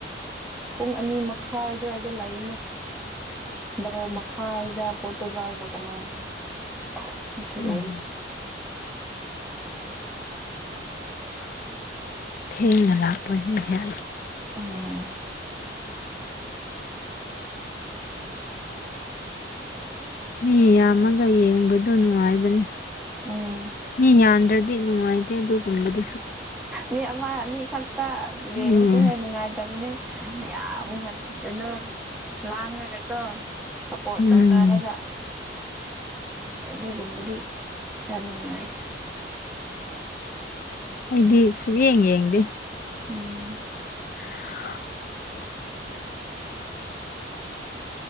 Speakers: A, in the centre; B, on the left.
A: ꯄꯨꯡ ꯑꯅꯤ ꯃꯈꯥꯏꯗꯋꯥꯏꯗ ꯂꯩꯅꯦ ꯕꯥꯔꯣ
B: ꯑꯁ
A: ꯃꯈꯥꯏꯗ ꯄ ꯒꯒ ꯀꯩꯅꯁꯨꯂ
B: ꯎꯝ ꯊꯦꯡꯅ ꯂꯥꯛꯄꯁ ꯍ
A: ꯎꯝ
B: ꯃꯤ ꯌꯥꯝꯃꯒ ꯌꯦꯡꯕꯗ ꯅꯨꯡꯉꯥꯏꯕꯅꯤ
A: ꯎꯝ
B: ꯃꯤ ꯌꯥꯝꯗ꯭ꯔꯗꯤ ꯅꯨꯡꯉꯥꯏꯇꯦ ꯑꯗꯨꯒꯨꯝꯕꯗꯨꯁꯨ
A: ꯃꯤ ꯑꯃ ꯑꯅꯤ ꯈꯛꯇ ꯌꯦꯡꯕꯁꯨ
B: ꯎꯝ
A: ꯍꯣꯏ ꯅꯨꯡꯉꯥꯏꯇꯕꯅꯤ <unintelligible> ꯀꯩꯅꯣ ꯂꯥꯉꯉꯒ ꯀꯣ ꯁꯄ꯭ꯔꯣꯠ
B: ꯎꯝ
A: ꯇꯧꯅꯔꯒ ꯑꯦ ꯑꯗꯨꯒꯨꯝꯕꯗꯤ ꯈꯔ ꯅꯨꯡꯉꯥꯏ
B: ꯑꯩꯗꯤ ꯁꯨꯛ ꯌꯦꯡ ꯌꯦꯡꯗꯦ
A: ꯎꯝ
B: <unintelligible>